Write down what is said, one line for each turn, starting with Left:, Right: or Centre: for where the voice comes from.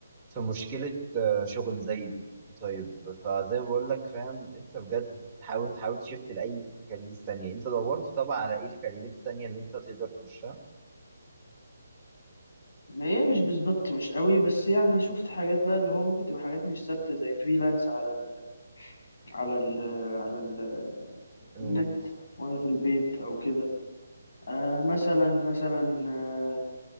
Right: في مشكلة آه، شغل زي دي طيب فزي ما بقول لك فاهم أنت بجد حاول تحاول تشفت لأي كارير ثانية أنت دورت طبعا على إيه الكارير التانية اللي أنت تقدر تخشها؟
Left: ما هي مش بالظبط مش قوي بس يعني شفت حاجات بقى اللي هو ممكن تبقى حاجات مش ثابتة زي فريلانس على ال على ال على ال
Right: إن-
Left: النت وانا في البيت او كده آه مثلا مثلا آه